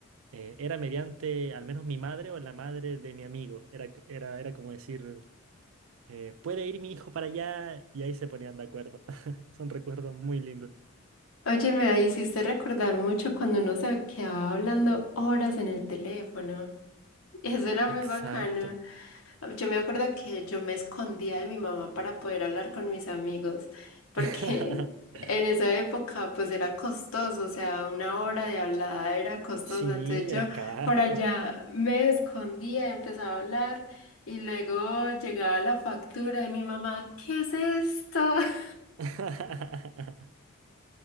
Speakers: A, on the right (about 70°); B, on the left (about 80°).
A: eh, era mediante al menos mi madre o la madre de mi amigo. Era, era, era como decir eh, ¿puede ir mi hijo para allá? Y ahí se ponían de acuerdo. <laughs> Son recuerdos muy lindos.
B: Oye, me hiciste recordar mucho cuando uno se quedaba hablando horas en el teléfono. Eso era
A: Exacto.
B: muy bacano. Ah, Yo me acuerdo que yo me escondía de mi mamá para poder hablar con mis amigos, porque
A: <laughs>
B: en esa época pues era costoso, o sea, una hora de hablada era costosa,
A: Sí,
B: entonces yo
A: era caro.
B: por allá me escondía, empezaba a hablar y luego llegaba la factura de mi mamá, ¿qué es esto? <laughs>
A: <laughs>